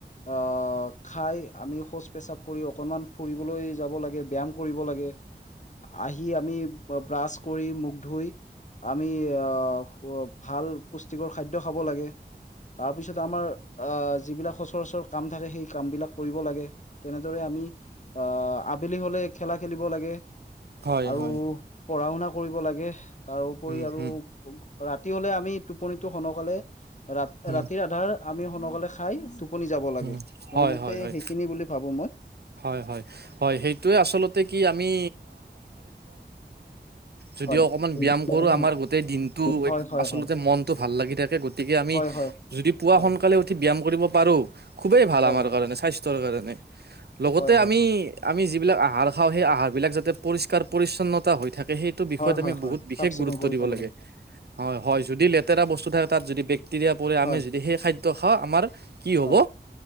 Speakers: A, on the left; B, on the right.
A: অ, খাই আমি শৌচ পেচাব কৰি অকণমান ফুৰিবলৈ য যাব লাগে ব্যায়াম কৰিব লাগে আহি আমি ব্ৰাছ কৰি মুখ ধুই আমি আহ ভাল পুষ্টিকৰ খাদ্য খাব লাগে। তাৰপিছত আমাৰ যিবিলাক সচৰাচৰ কাম থাকে সেই কামবিলাক কৰিব লাগে তেনেদৰে আমি আবেলি হ'লে খেলা খেলিব লাগে।
B: হয়
A: আৰু
B: হয়
A: পঢ়া শুনা কৰিব লাগে তাৰপৰি
B: উম
A: আৰু
B: হুম
A: ৰাতি হলে আমি টোপনিতো সোনকালে ৰা
B: হুম
A: ৰাতিৰ আধাৰ আমি সোনকালে খাই তো আপুনি যাব লাগে,
B: হুম হয়
A: মোৰ মতে
B: হয় হয়
A: সেইখিনি বুলি ভাবো মই।
B: হয়, হয়, হয়, সেইটোৱে আচলতে কি আমি। যদিও
A: হয়
B: অকনমান ব্যয়াম
A: হয়
B: কৰো, আমাৰ গোটেই দিনটো
A: হয় হয়
B: আচলতে মনতটো ভাল লাগি থাকে। গতিকে আমি
A: হয় হয়
B: যদি পুৱা
A: হয়
B: সোনকালে উঠি ব্যায়াম কৰিব পাৰোঁ, খুবেই ভাল
A: হয়
B: আমাৰ
A: হয়
B: কাৰণে স্বাস্থ্যৰ কাৰণে।
A: হয়
B: লগতে
A: হয় হয়
B: আমি, আমি যি বিলাক আহাৰ খাওঁ, সেই আহাৰ বিলাক যাতে পৰিষ্কাৰ পৰিচছন্নতা হৈ থাকে সেইটো বিষয়ত
A: হয় হয় হয়
B: আমি
A: হয়
B: বহুত বিশেষ
A: চাফ চিকুণ
B: গুৰুত্ব
A: কৰি
B: দিব
A: খাব
B: লাগে। হয়, হয়। যদি লেতেৰা বস্তু থাকে, তাত যদি বেক্টেৰিয়া পৰে,
A: হয়
B: আমি যদি সেই খাদ্য খাওঁ আমাৰ কি হ'ব?
A: হয়